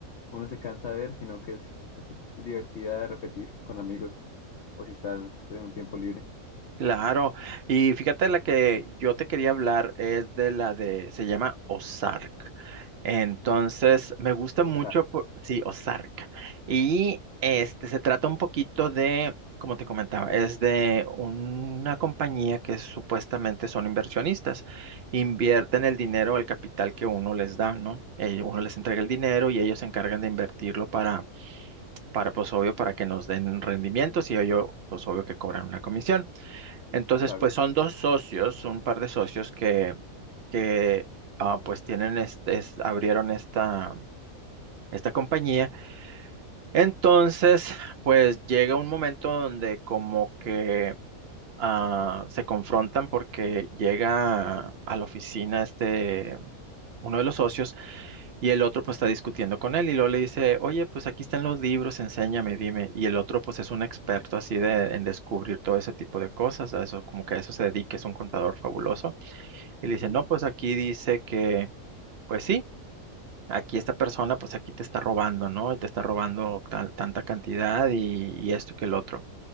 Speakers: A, on the left (about 60°); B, on the right (about 55°).
A: uno se cansa de ver, sino que es, es divertida de repetir con amigos. O si estás en un tiempo libre.
B: Claro, y fíjate la que yo te quería hablar es de la de, se llama Ozark. Entonces, me gusta
A: O
B: mucho, por- sí, Ozark. Y este se trata un poquito de, como te comentaba, es de una compañía que supuestamente son inversionistas. Invierten el dinero, el capital que uno les da, ¿no? Eh, uno les entrega el dinero y ellos se encargan de invertirlo para, para, pues obvio, para que nos den rendimientos y ellos, pues obvio, que cobran una comisión. Entonces,
A: claro.
B: pues son dos socios, un par de socios que, que ah, pues tienen este, es- abrieron esta, esta compañía. Entonces, pues llega un momento donde como que ah, se confrontan porque llega a la oficina este, uno de los socios y el otro pues está discutiendo con él y luego le dice, oye, pues aquí están los libros, enséñame, dime. Y el otro pues es un experto así de, en descubrir todo ese tipo de cosas, a eso, como que a eso se dedica, es un contador fabuloso. Y le
A: Entiendo,
B: dice, no, pues aquí dice que, pues sí. Aquí esta persona, pues aquí te está robando, ¿no? Y te está robando tal- tanta cantidad y, y esto que el otro.